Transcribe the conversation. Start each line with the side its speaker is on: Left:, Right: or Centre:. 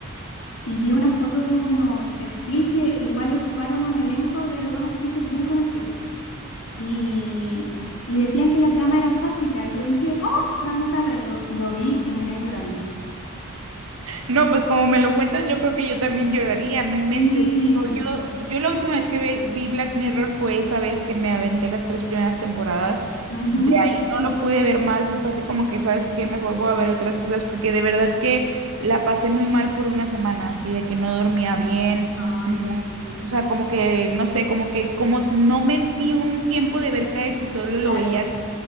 Left: Y vi unas fotos de unos still que igual ocuparon un elenco de dos actrices bien conocidas. Y, y decían que la trama era sáfica. Y yo dije, oh, vamos a verlo. Y lo vi y terminé llorando.
Right: No, pues como me lo cuentas, yo creo que yo también lloraría, no inventes.
Left: Sí.
Right: Digo, yo, yo la última vez que ve- vi Black Mirror fue esa vez que me aventé las tres primeras temporadas.
Left: Ujú.
Right: De ahí no lo pude ver más y fue así como que, ¿sabes qué? Mejor voy a ver otras cosas porque de verdad que la pasé muy mal por una semana, así de que no dormía bien,
Left: Ay,
Right: no-
Left: sí.
Right: o sea, como que, no sé, como que como no me di un tiempo de ver cada episodio,
Left: Claro,
Right: lo veía